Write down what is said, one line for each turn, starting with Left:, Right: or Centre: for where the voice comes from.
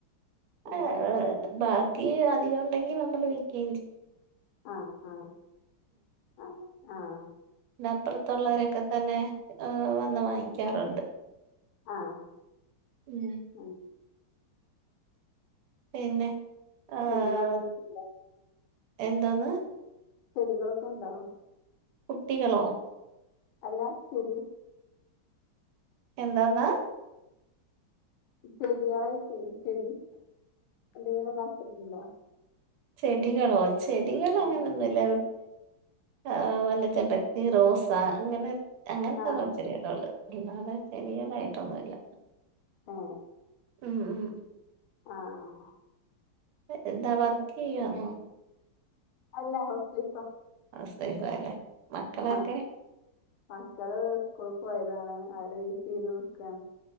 Left: വീട്ടുകാർക്കുള്ള
Right: ആഹാ ബാക്കി അധികം ഉണ്ടെങ്കിൽ നമ്മള് വിക്കുകയും ചെയ്യും
Left: ആഹ് ആഹ ആഹ ആഹ
Right: പിന്നെ അപ്പുറത്തുള്ളവരൊക്കെ തന്നെ വന്ന് വാങ്ങിക്കാറുണ്ട്
Left: ആഹ്
Right: ഉം
Left: ഉം
Right: പിന്നെ ഏഹ്
Left: ചെടികളെന്താ
Right: എന്തോന്ന്.
Left: ചെടികളൊക്കെ ഉണ്ടോ.
Right: കുട്ടികളോ
Left: അല്ലാ ചെടി.
Right: എന്താന്ന്.
Left: ചെട്യാളായ്റ്റെ ചെടി. എന്തെങ്കിലും നട്ടിട്ട്ണ്ടോ.
Right: ചെടികളോ ചെടികള്
Left: ആഹ്
Right: അങ്ങനൊന്നുല്ല. ഹ് വല്ല ചമ്പരത്തി റോസ അങ്ങനെ അങ്ങൻത്തെള്ള
Left: ആഹ്
Right: ചെടികളെ ഉള്ളെത്, അല്ലാതെ ചെടികളായിട്ടൊന്നുല്ല.
Left: ആ
Right: ഉം ഉം
Left: ആഹ്
Right: എന്താ വർക്ക് ചെയ്യാന്നോ
Left: അല്ല ഹൗസ് വൈഫ
Right: ഹൗസ് വൈഫാല്ലേ മക്കളൊക്കെ
Left: ആഹ് മാക്കള് സ്കൂള്ക്ക് പോയതാണ്. അവരെ വെയ്റ്റ് ചെയ്ത് നീക്കാണ്.